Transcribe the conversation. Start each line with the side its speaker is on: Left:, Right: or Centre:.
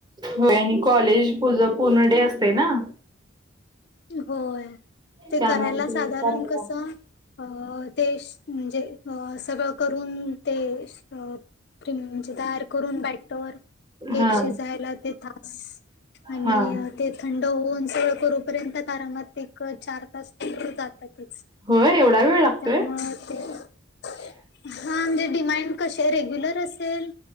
Right: होय आणि कॉलेज पूज पूर्ण डे असतेना.
Left: होय ते
Right: त्यामुळे
Left: करायला
Right: ते
Left: साधारण
Right: करायला
Left: कस. अ ते म्हणजे सगळं करून ते त म्हणजे तयार करून बॅटर केक
Right: हा
Left: शिजयला ते तास आणि
Right: हा
Left: ते थंड होऊन सगळ करूपर्यंत ते आरामात एक, चार तास जातातच.
Right: होय एवढा वेळ लागतोय?
Left: त्यामुळ ते हा म्हणजे डिमांड कशे य रेग्युलर असेल.